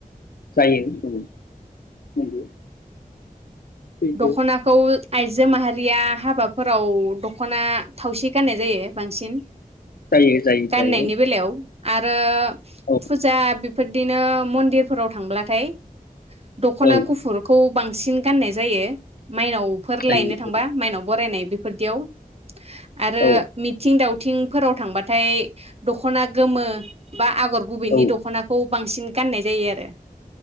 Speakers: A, on the left; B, on the right.
A: जायो उम। नंगौ। सैथो
B: दखनाखौ आइजो माहारिया हाबाफोराव दखना थावसि गाननाय जायो। बांसिन
A: जायो जायो
B: गाननायनि
A: जायो
B: बेलायाव। आरो
A: औ
B: फुजा फोर दिनो मन्दिरफोराव थांब्लाथाय दखना
A: औ
B: गुफुरखौ बांसिन गाननाय जायो। माइनाव फोर
A: जायो
B: लायनो थांबा
A: औ
B: माइनाव बरायनाय बेफोर दियाव। आरो
A: औ
B: मिथिं दाउ थिंफोराव थांबाथाय दखना गोमो बा आगर गुबैनि
A: औ
B: दखनाखौ बांसिन गाननाय जायो आरो।